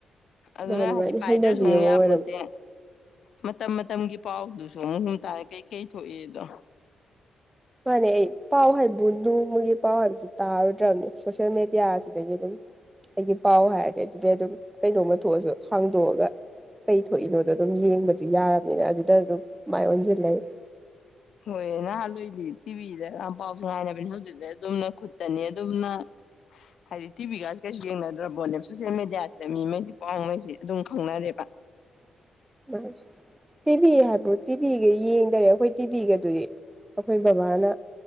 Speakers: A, on the left; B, on the right.
A: ꯑꯗꯨꯅ
B: ꯃꯥꯅꯤ
A: ꯍꯥꯏꯗꯤ
B: ꯃꯥꯅꯤ
A: ꯄꯥꯏꯗ꯭ꯔꯁꯨꯃꯨꯛ
B: ꯍꯩꯅꯕꯤ ꯑꯃ
A: ꯌꯥꯄꫭꯟꯇꯦ
B: ꯑꯣꯏꯔꯕ
A: ꯃꯇꯝ ꯃꯇꯝꯒꯤ ꯄꯥꯎꯗꯨꯁꯨ ꯎꯪ ꯍꯨꯝ ꯇꯥꯔꯦ ꯀꯩꯀꯩ ꯊꯣꯛꯏꯑꯗꯣ
B: ꯄꯅꯦ ꯑꯩ ꯄꯥꯎ ꯍꯥꯏꯕꯨ ꯅꯣꯡꯃꯒꯤ ꯄꯥꯎ ꯍꯥꯏꯕꯁꯤ ꯇꯥꯔꯨꯗ꯭ꯔꯕꯅꯦ ꯁꯣꯁꯦꯜ ꯃꯦꯗꯤꯌꯥ ꯑꯁꯤꯗꯒꯤ ꯑꯗꯨꯝ ꯑꯩꯒꯤ ꯄꯥꯎ ꯍꯥꯏꯔꯗꯤ ꯑꯗꯨꯗꯩ ꯑꯗꯨꯝ ꯀꯩꯅꯣꯝꯃ ꯊꯣꯛꯑꯁꯨ ꯍꯥꯡꯗꯣꯛꯑꯒ ꯀꯩ ꯊꯣꯛꯏꯅꯣꯗꯣ ꯑꯗꯨꯝ ꯌꯦꯡꯕꯗꯨ ꯌꯥꯔꯕꯅꯤꯅ ꯑꯗꯨꯗ ꯑꯗꯨꯝ ꯃꯥꯏ ꯑꯣꯟꯖꯤꯜꯂꯩꯔꯦ
A: ꯍꯣꯏ ꯅꯍꯥꯟꯋꯥꯏꯗꯤ ꯇꯤꯚꯤꯗꯒ ꯌꯥꯝ ꯄꯥꯎꯁꯦ ꯉꯥꯏꯅꯕꯅꯦ ꯍꯧꯖꯤꯛꯇꯤ ꯑꯗꯨꯝꯅ ꯈꯨꯠꯇꯅꯦ ꯑꯗꯨꯝꯅ ꯍꯥꯏꯗꯤ ꯇꯤꯚꯤꯒꯁꯤ ꯀꯩꯁꯨ ꯌꯦꯡꯅꯗ꯭ꯔꯄꫭꯠꯅꯦꯕ ꯁꯣꯁꯦꯜ ꯃꯦꯗꯤꯌꯥꯁꯤꯗ ꯃꯤꯉꯩꯁꯤ ꯄꯥꯎꯉꯩꯁꯤ ꯑꯗꯨꯝ ꯈꯪꯅꯔꯦꯕ
B: <unintelligible> ꯇꯤꯚꯤ ꯍꯥꯏꯕꯨ ꯇꯤꯚꯤꯒ ꯌꯦꯡꯗꯔꯦ ꯑꯩꯈꯣꯏ ꯇꯤꯚꯤꯒ ꯑꯗꯨꯒꯤ ꯑꯩꯈꯣꯏ ꯕꯕꯥꯅ